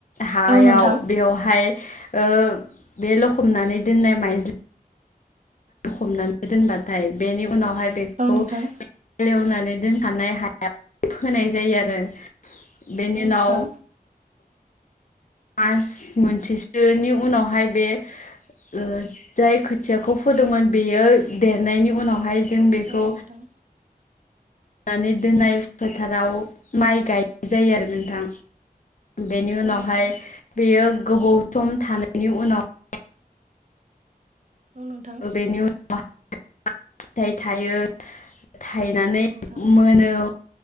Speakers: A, on the left; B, on the right.
A: हायाव
B: औ नोंथां
A: बेवहाय। ओ बे लखमनानै दोननाय माइजलि हमनानै दोनबाथाय बेनि उनाव बेखौ
B: औ नोंथां
A: हालेवना दोनखानाय हाया फोनाय जायो आरो। बेनिनो
B: औ
A: नाव
B: नोंथां
A: मास मोनसेसोनि उनावहाय बे ओ जाय खोथिया खौ फोदोंमोन बेयो देरनायनि उनावहाय जों बेखौ
B: औ नोंथां
A: नानै दोननाय फोथाराव माइ गाय जायो आरो नोंथां बेनि उनावहाय
B: औ नोंथां
A: बेयो गोबाव सम थानायनि उनाव
B: औ नोंथां
A: बेनो उन <unintelligible> फिथाइ थायो। थायनानै
B: औ नोंथां
A: मोनो।